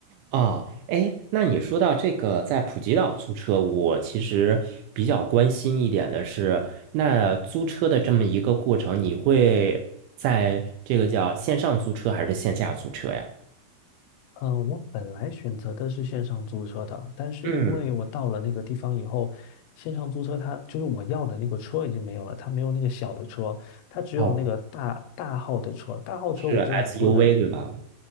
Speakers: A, on the right; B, on the left.
A: 哦，哎，那你说到这个在普吉岛租车，我其实比较关心一点的是，那租车的这么一个过程，你会在这个叫线上租车还是线下租车呀？
B: 嗯、呃，我本来选择的是线上租车的，但是因为我到了那个地方以后，
A: 嗯，
B: 线上租车它就是我要的那个车已经没有了，它没有那个小的车，它只有那个大大号的车，
A: 哦，
B: 大号车我就两个人。
A: 是 SUV 对吧？